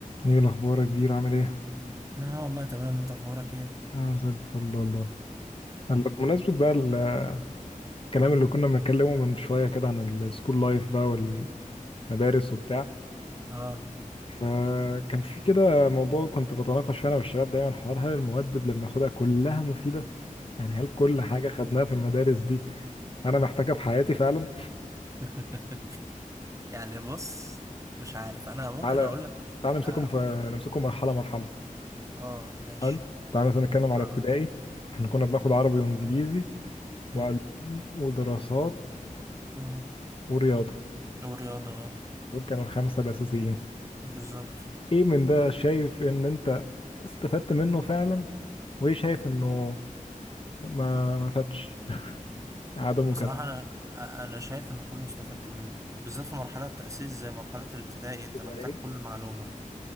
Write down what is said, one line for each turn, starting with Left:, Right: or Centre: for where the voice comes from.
Left: ايه الاخبار يا كبير عامل ايه
Right: لا والله تمام انت اخبارك ايه
Left: انا زي الفل والله هلا بمناسبه بقى الكلام اللي كنا بنتكلمه من شويه كده عن السكول لايف بقى والمدارس وبتاع
Right: اه
Left: فكان في كده موضوع كنت بتناقش فيه انا والشباب دايما حوار هل المواد اللي بناخدها كلها مفيده يعني هل كل حاجه خدناها في المدارس دي انا محتاجها في حياتي فعلا
Right: <laughs> يعني بص مش عارف انا ممكن
Left: تعالى
Right: اقول لك
Left: تعالى نمسكهم
Right: اه,
Left: في
Right: م-
Left: نمسكهم مرحله مرحله
Right: آه ماشي
Left: حلو تعالى مثلا نتكلم على
Right: اه
Left: ابتدائي احنا كنا بناخد عربي وانجليزي
Right: امم
Left: وعلوم ودراسات
Right: امم
Left: ورياضه
Right: والرياضه اه
Left: دول كانوا الخمسه الاساسيين
Right: بالظبط
Left: ايه من ده شايف ان انت استفدت منه فعلا وايه شايف انه ما ما فاتش عدمه
Right: بصراحه
Left: كان
Right: انا آه، انا شايف ان كله استفدت منه بالذات في مرحله التاسيس زي مرحله الابتدائي
Left: أحسن
Right: انت
Left: ده
Right: محتاج
Left: ايه
Right: كل معلومه